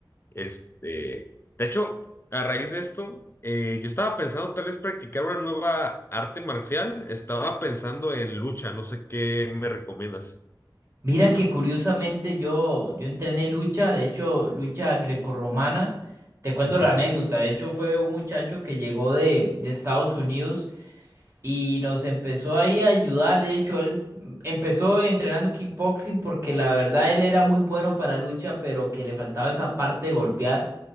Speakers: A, on the left; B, on the right.
A: Este, de hecho, a raíz de esto, eh, yo estaba pensando tal vez practicar una nueva arte marcial. Estaba pensando en lucha, no sé qué me recomiendas.
B: Mira que curiosamente yo, yo entrené lucha, de hecho, lucha grecorromana. Te cuento
A: Ujú.
B: la anécdota, de hecho fue un muchacho que llegó de, de Estados Unidos y nos empezó ahí a ayudar. De hecho, él mm, empezó entrenando kickboxing porque la verdad él era muy bueno para lucha, pero que le faltaba esa parte de golpear.